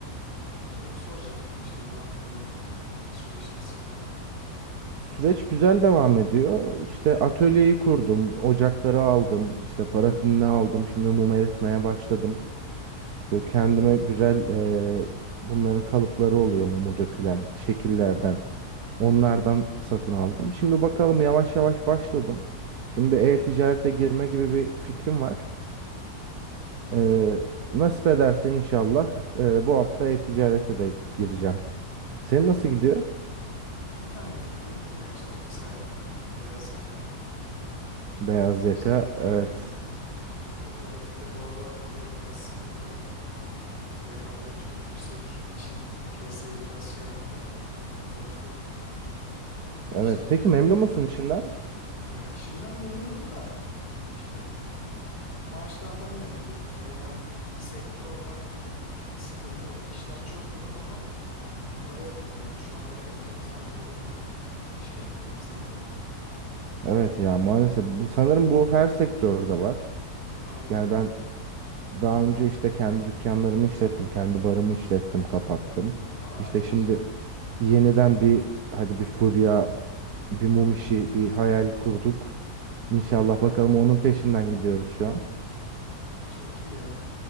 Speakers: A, on the left; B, on the right.
A: Onu da onu soracaktım işte ne yaptın ne ettin? Süreç nasıl devam ediyor falan.
B: Süreç güzel devam ediyor İşte
A: Hı hı
B: atölyeyi kurdum ocakları aldım işte parafinini aldım şimdi mum eritmeye başladım.
A: hı hı
B: Böyle kendime güzel ee, bunların kalıpları oluyor mumu dökülen şekillerden.
A: hı hı hı. hı.
B: Onlardan satın aldım. Şimdi bakalım yavaş yavaş başladım. Şimdi bir e-ticarete girme gibi bir fikrim var.
A: Güzel.
B: Ee, nasip ederse inşallah e, bu hafta e-ticarete de gireceğim. Senin nasıl gidiyor?
A: İyi ben de bildiğin gibi ya işte ofis hayatı, beyaz yaka.
B: Beyaz
A: <laughs>
B: yaka.
A: İşte aynen.
B: Evet.
A: Otomotivde bu aralar biliyorum biraz sıkıntılı. Rekabet çok yüksek. Çin piyasayı biraz şey yaptı, bozdu.
B: Evet.
A: İşte
B: Peki memnun musun işinden?
A: ya işimden memnunum da işte e, maaşlardan memnun değilim. Yani genel sektör olarak bir sıkıntı var. İşler çok yoğun ama para etmiyor yani. Şu an öyle enteresan bir durum var şeyde, sektörde.
B: Evet ya maalesef bu sanırım bu her sektörde var.
A: Aynen
B: Yani
A: aynen.
B: ben daha önce işte kendi dükkanlarımı işlettim, kendi barımı işlettim, kapattım.
A: Aa
B: İşte
A: ne güzel.
B: şimdi yeniden bir hadi bir furya Bir mum işi, bir hayal kurduk. İnşallah
A: Ha
B: bakalım onun peşinden gidiyoruz şu an.
A: çok iyi ya.